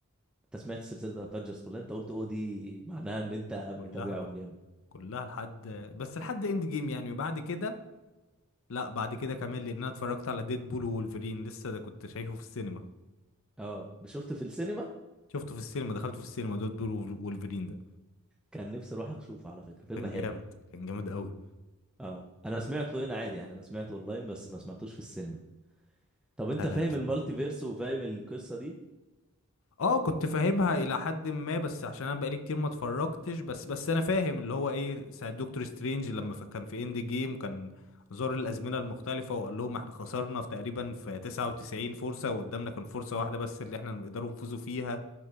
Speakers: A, in the centre; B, on the left.
A: انت سمعت سلسله افنجرز كلها انت قلت او دي معناها ان انت
B: كلها
A: متابعهم جامد
B: كلها لحد بس لحد اند جيم يعني وبعد كده لا بعد كده كمان لان انا اتفرجت على ديد بول وولفرين لسه ده كنت شايفه في السينما
A: اه شفته في السينما
B: شفته في السينما دخلته في السينما ديد بول وولفرين ده
A: كان نفسي اروح اشوفه على فكره فيلم
B: كان
A: حلو
B: جامد كان جامد قوي
A: اه انا سمعته هنا عادي يعني انا سمعته اونلاين بس ما سمعتوش في السينما طب انت
B: لا لا
A: فاهم
B: يستاهل
A: المالتي فيرس وفاهم القصه دي
B: اه كنت فاهمها الى حد ما بس عشان انا بقالي كتير ما اتفرجتش بس بس انا فاهم اللي هو ايه ساعة دكتور سترينج لما ف- كان في اند جيم كان زار الازمنه المختلفه وقال لهم احنا خسرنا في تقريبا في 99 فرصه وقدامنا كان فرصه واحده بس اللي احنا نقدروا نفوزوا فيها